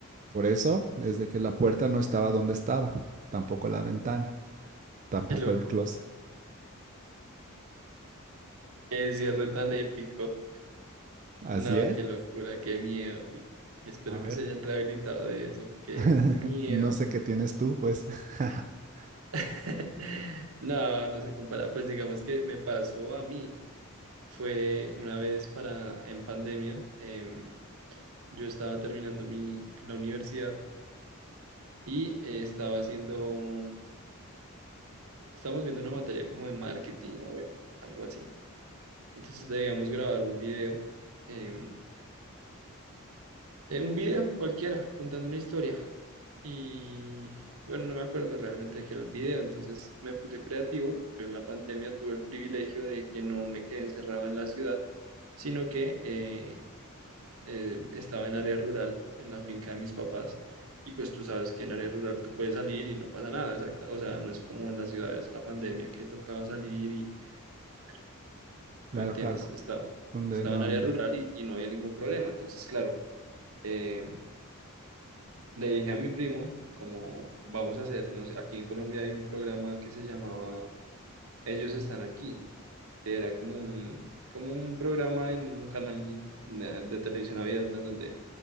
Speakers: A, on the right; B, on the right.
A: por eso es de que la puerta no estaba donde estaba, tampoco la ventana, tampoco
B: qué loco.
A: el closet.
B: Qué cierre tan épico.
A: Así
B: No,
A: es.
B: qué locura, qué miedo. Y espero
A: A ver.
B: que se hayan rehabilitado de eso, qué
A: <laughs>
B: miedo.
A: No sé qué tienes tú, pues. <laughs>
B: <laughs> No, no se compara. Pues digamos que me pasó a mí. fue una vez para en pandemia. em, yo estaba terminando mi, la universidad y eh, estaba haciendo un, estábamos viendo una materia como de marketing o bueno, algo así. Entonces debíamos grabar un video, em, eh, un video cualquiera, contando una historia. Y bueno, no me acuerdo realmente de qué era el video, entonces me puse creativo. Yo en la pandemia tuve el privilegio de que no me quedé encerrado en la ciudad, sino que eh, eh, estaba en área rural, en la finca de mis papás, y pues tú sabes que en área rural tú puedes salir y no pasa nada, exacta, o sea, no es como en las ciudades, la pandemia que tocaba salir y, bueno, tú
A: Claro,
B: me entiendes,
A: claro.
B: estaba,
A: Donde
B: estaba
A: no.
B: en área
A: no.
B: rural y, y no había ningún problema, entonces, claro, eh, le dije a mi primo, como vamos a hacer, no sé, aquí en Colombia hay un programa que se llamaba Ellos están aquí, que era como un, como un programa en un canal de, de televisión abierta en donde